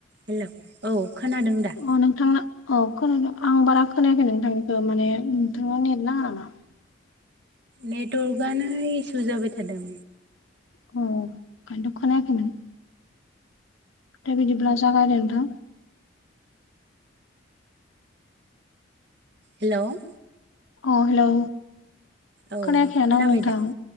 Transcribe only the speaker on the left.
अ नोंथांना औ खोनादों आं बारा खोनायाखै नोंथांनिखौ माने नोंथांनाव नेट नाङा नामा
अ ओंखायनो खोनायाखै नों दा बिदिब्ला जागायदो नोंथां
अ हेलौ
खोनायाखै यानो
आं नोंथां